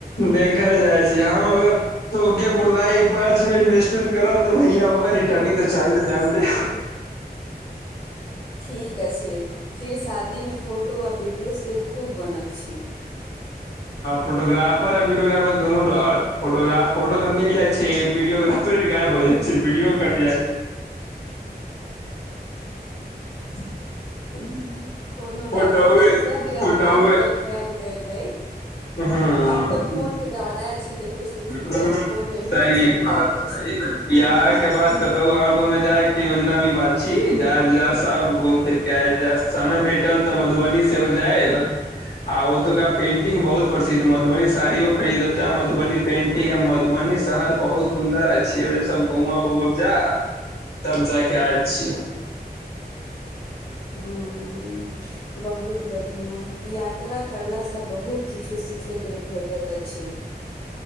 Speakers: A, on the left (about 70°); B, on the left (about 30°).
A: देखल जाइ छी हम अगर तोके बुलाइ पाँच मे इन्वेस्ट करब तऽ भैया ओ रिटर्निंग तऽ चाही त जानते
B: ठीके छै फिर शादी में फोटो आ वीडियो से खूब बनत छै
A: फोटोग्राफर आ वीडियोग्राफर दुनू रहत फोटोग्राफर फोटो तऽ मिल जाय छै वीडियोग्राफर फेर गायब हो जाइ छै वीडियो कट जाइ छै <unintelligible> <unintelligible>
B: कोनो बात
A: फोटोए
B: नहि छै सब यादगार
A: फोटोए
B: पल कैद कयल जायत
A: हँ
B: आब तऽ फोन के जबाना छै ई तऽ कुछ कुछ
A: ह
B: फोन मे
A: सही
B: भी कैप्चर हो
A: बात
B: जायत
A: सही
B: अछि
A: बात। बियाह के बाद कतहु आहा घूमे जाय के योजना भी बात छी जाय सब घूम फिर किया समय भेटल तऽ मधुबनी सेहो जायब आ ओतका पेंटिंग बहुत प्रसिद्ध मधुबनी साड़ियो खरीदब ते मधुबनी पेंटिंग मधुबनी शहर बहुत सुन्दर अछी घूम उमब जा तब जा कऽ आब छी
B: हू बहुत बढ़िआ हिआँ यात्रा करला से बहुत किछु सीखे लेल भेटैत अछि